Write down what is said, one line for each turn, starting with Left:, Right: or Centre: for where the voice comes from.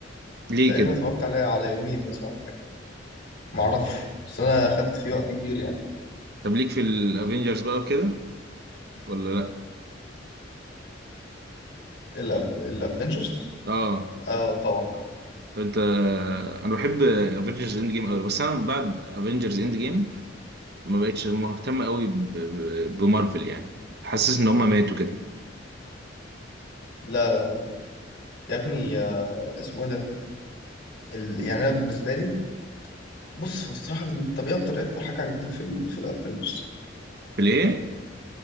Right: ليه
Left: تقريبا
Right: كده
Left: اتفرجت عليه على يومين مثلا ولا حاجة معرفش بس أنا أخدت فيه وقت كبير يعني
Right: طب ليك في الافينجرز بقى وكده ولا لا
Left: الأف... الأفنجرز
Right: اه
Left: آه طبعا
Right: طب انت انا بحب افينجرز اند جيم قوي بس انا بعد افينجرز اند جيم ما بقتش مهتم قوي ب- ب- بمارفل يعني حاسس ان هم ماتوا كده
Left: لا لا لا يا ابني آه اسمه إيه ده ال... يعني أنا بالنسبة لي بص هو الصراحة بن... طب إيه أكتر إيه أكتر حاجة عجبتك في ال... في الأفنجرز
Right: ليه